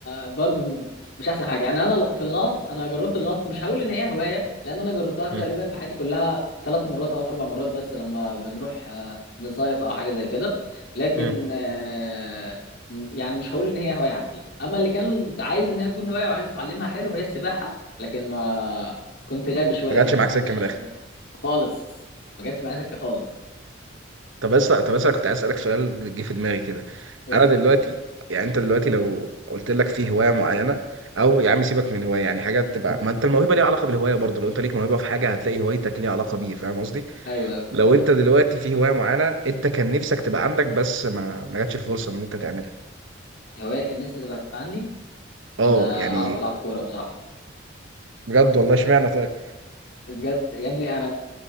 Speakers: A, on the left (about 75°); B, on the right (about 80°).
A: برضو مش احسن حاجه يعني انا في الغطس انا جربت الغطس مش هقول ان هي هوايه لان انا جربتها
B: مم.
A: تقريبا في حياتي كلها ثلاث مرات او اربع مرات بس لما بنروح آه، نصيف او حاجه زي كده لكن
B: مم.
A: آه، م- يعني مش هقول ان هي هوايه عندي اما اللي كانت عايز ان هي تكون هوايه وعايز اتعلمها حلو هي السباحه لكن ما كنت غبي شويه
B: ما جاتش
A: فيها
B: معاك
A: ما كنتش
B: سكه من الاخر
A: خالص ما جاتش معايا سكه خالص
B: طب بس طب بس انا كنت عايز اسالك سؤال جه في دماغي كده
A: بس
B: انا دلوقتي يعني انت دلوقتي لو قلت لك في هوايه معينه او يا عم سيبك من هوايه يعني حاجه بتبقى ما انت الموهبه ليها علاقه بالهوايه برضه لو انت ليك موهبه في حاجه هتلاقي هوايتك ليها علاقه بيه فاهم قصدي
A: ايوه أيوة.
B: لو انت دلوقتي في هوايه معينه انت كان نفسك تبقى عندك بس ما ما جاتش الفرصه ان انت تعملها
A: هوايه كان نفسي تبقى عندي
B: اه
A: ان اعرف
B: يعني
A: العب كوره بصراحه
B: بجد والله اشمعنى طيب
A: بجد يا ابني انا